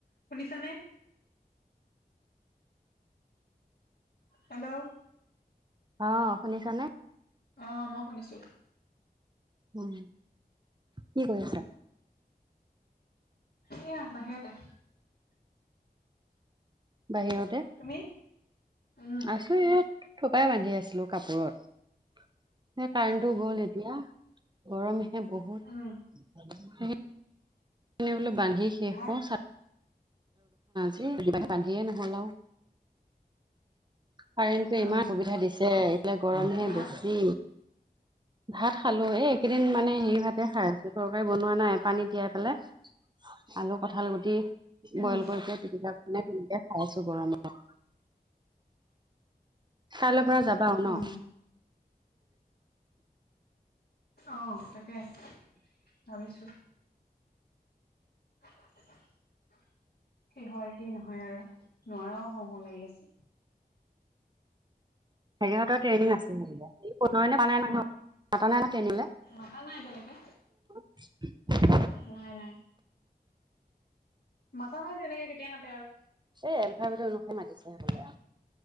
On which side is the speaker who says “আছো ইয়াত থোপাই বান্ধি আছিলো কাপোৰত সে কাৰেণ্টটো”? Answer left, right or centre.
Right